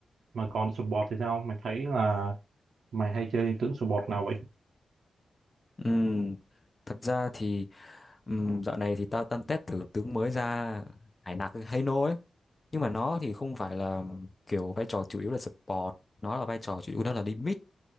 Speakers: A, on the right; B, on the left.
A: mà còn support thì sao mày thấy là mày hay chơi tướng support nào vậy
B: Ừm, Thật ra thì ừm, dạo này thì tao tân test thử tướng mới ra Hải Nặc Hano ấy. Nhưng mà nó thì không phải là kiểu vai trò chủ yếu là support, nó là vai trò chủ yếu nó là đi mid,